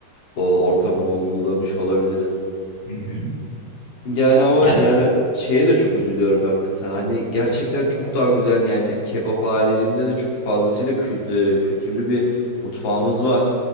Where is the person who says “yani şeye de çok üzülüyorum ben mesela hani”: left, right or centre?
Left